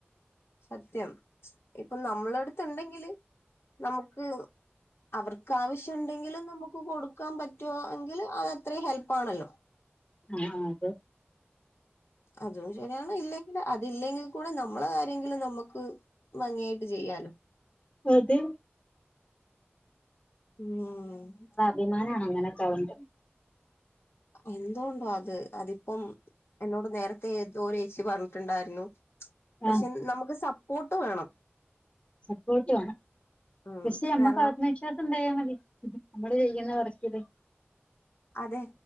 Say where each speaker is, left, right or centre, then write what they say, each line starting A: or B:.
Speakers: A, on the left; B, on the left.
A: സത്യം ഇപ്പൊ നമ്മളടുത്തുണ്ടെങ്കില് നമുക്ക് അവർക്കാവിശ്യണ്ടെങ്കില്, നമുക്ക് കൊടുക്കാൻ പറ്റോ എങ്കില് അതത്രയും ഹെൽപ്പാണല്ലോ
B: അആഹ്‌ അതും
A: അതും ശരിയാണ്. ഇല്ലെങ്കിൽ അതില്ലെങ്കിൽ കൂടെ നമ്മളെ കാര്യങ്കിലും നമ്മക്ക് ഭംഗിയായിട്ട് ചെയ്യാലോ
B: അതെ
A: ഉം
B: വിമാനാണ അങ്ങനെക്കാവണ്ട്
A: എന്തോണ്ടോ അത് അതിപ്പം എന്നോട് നേരത്തെ ഏതോ ചേച്ചി പറഞ്ഞിട്ടുണ്ടായിരുന്നു പക്ഷെ
B: ആ
A: നമുക്ക് സപ്പോർട്ട് വേണം
B: സപ്പോർട്ട്
A: ഉം
B: പക്ഷേ നമ്മക്കതേന്നുവച്ചാ
A: കാരണം
B: <unintelligible> മതി നമ്മള് ചെയ്യുന്ന വർക്കല്
A: അതെ